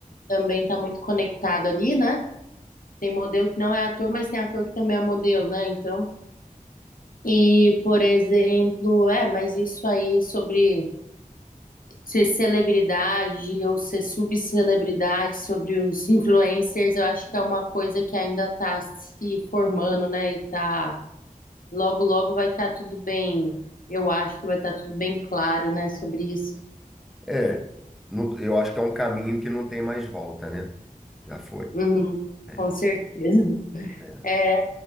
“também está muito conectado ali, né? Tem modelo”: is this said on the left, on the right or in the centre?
Left